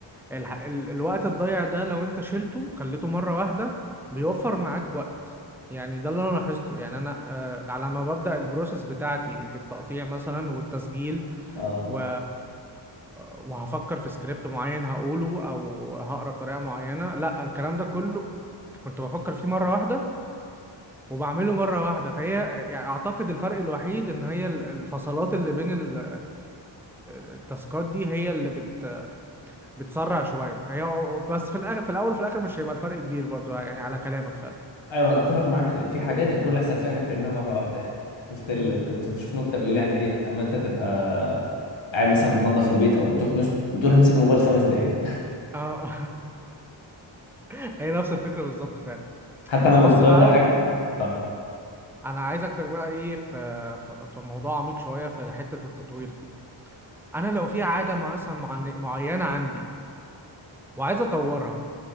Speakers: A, in the centre; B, on the left (about 75°).
A: الح... ال... الوقت الضايع ده لو انت شلته خليته مرة واحدة بيوفر معاك وقت يعني ده اللي انا لاحظته يعني انا آه... على ما ببدأ البروسيس بتاعتي في التقطيع مثلا والتسجيل
B: اه
A: و... وهفكر في سكريبت معين هقوله او هقرا بطريقه معينه لا الكلام ده كله كنت بفكر فيه مره واحده وبعمله مره واحده فهي يعني اعتقد الفرق الوحيد ان هي ال- الفصلات اللي بين ال- التاسكات دي هي اللي بت... بتسرع شويه هي بس في الاخر في الاول في الاخر مش هيبقى الفرق كبير برضو يعني على كلامك فعلا
B: ايوه انا اتفق معاك في حاجات هيكون الاحسن فيها انك تعملها مره واحده يعني شفت ال...
A: امم
B: كنت بشوف نكته بيقول يعني ايه اما انت تبقى قاعد مثلا بتنظف البيت او بتكنس وتقول همسك الموبايل خمس دقائق
A: اه <laughs> هي نفس الفكره بالظبط فعلا
B: <laughs> حتى انا لما
A: بص
B: كنت
A: بقى
B: ببدا حاجه طب
A: انا عايز اخدك بقى ايه في في في موضوع عميق شويه في حته التطوير دي انا لو في عاده مثلا معن- معينه عندي وعايز اطورها